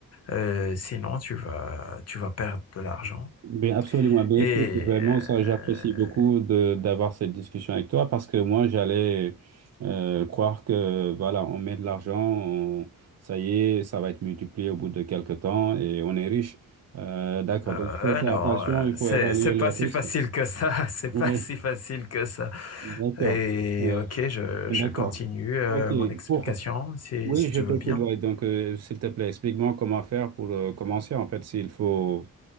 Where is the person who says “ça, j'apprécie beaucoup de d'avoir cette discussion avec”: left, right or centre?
Right